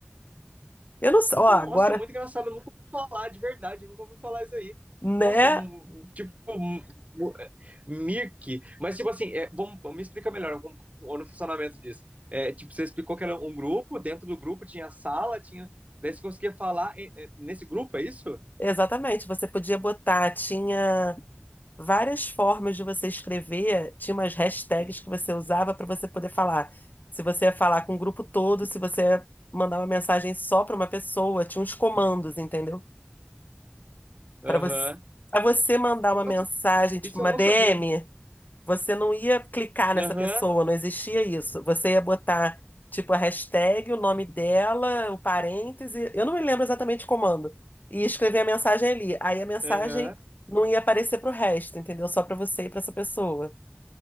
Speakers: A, on the left; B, on the right.
A: Eu não sei, ó, agora,
B: Nossa, muito engraçado. Eu nunca ouvi falar, de verdade. Eu nunca ouvi falar isso aí.
A: né?
B: Nossa, um, um, tipo, um, um, é, Mirk. Mas, tipo assim, é, vamos, me explica melhor como, como, o funcionamento disso. É, tipo, você explicou que era um grupo, dentro do grupo tinha sala, tinha. Daí você conseguia falar em- é, nesse grupo, é isso?
A: Exatamente, você podia botar, tinha. várias formas de você escrever, tinha umas hashtags
B: Sim.
A: que você usava para você poder falar. Se você ia falar com o grupo todo, se você ia mandar uma mensagem só para uma pessoa, tinha uns comandos, entendeu?
B: Aham.
A: Para você, para você mandar uma
B: Nossa,
A: mensagem, tipo
B: isso
A: uma
B: eu não
A: DM.
B: sabia.
A: Você não ia clicar nessa
B: Aham,
A: pessoa, não existia isso. Você ia botar, tipo, a hashtag, o nome dela, o parêntese, eu não me lembro exatamente o comando. E ia escrever a mensagem ali. Aí a mensagem
B: aham.
A: não ia aparecer pro resto, entendeu? Só pra você e pra essa pessoa.